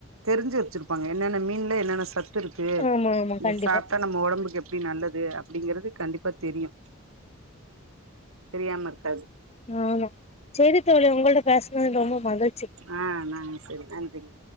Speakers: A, on the right; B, on the left.
A: தெரிஞ்சி வெச்சிருப்பாங்க என்னென்ன மீன்ல என்னென்ன சத் ட்டுருக்கு
B: ஆமா ஆமா
A: இந்த
B: கண்டிப்பா
A: சாப்டா நம்ம ஒடம்புக் எப்டி நல்லத் து அப்டிங்குறது கண்டிப்பா தெரியு தெரியாமருக்காது
B: ஆமா செரித்தோழி உங்கள்ட்ட பேசுனத் ரொம்ப மகிழ்
A: ஆ நான் செரி நன்றிங்க